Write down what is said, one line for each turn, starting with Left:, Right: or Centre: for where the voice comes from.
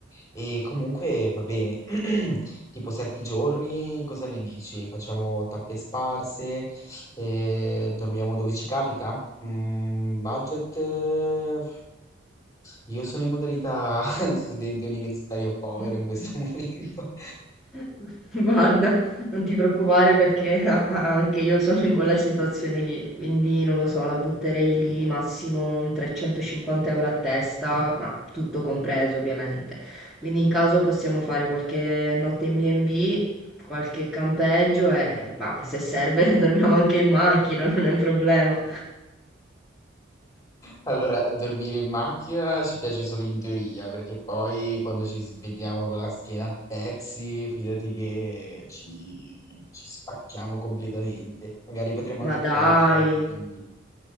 Left: E comunque va bene, <clears throat> tipo sette giorni, cosa ne dici? Facciamo tappe sparse, eh, dormiamo dove ci capita? Mm, budget? eh, Io sono in modalità <laughs> studente universitario povero
Centre: <laughs>
Left: in questo <laughs> momento.
Centre: <laughs> Guarda, non ti preoccupare perché <laughs> anche io sono in quella situazione lì, quindi non lo so, la butterei lì massimo un 350 euro a testa, ma tutto compreso ovviamente. Quindi in caso possiamo fare qualche notte in B&B, qualche campeggio e bah, se serve <laughs> dormiamo anche in macchina, non è un problema.
Left: Allora, dormire in macchina ci piace solo in teoria, perché poi quando ci svegliamo con la schiena a pezzi, fidati che ci, ci spacchiamo completamente. Magari potremmo anche
Centre: Ma dai,
Left: optare per qualche B&B.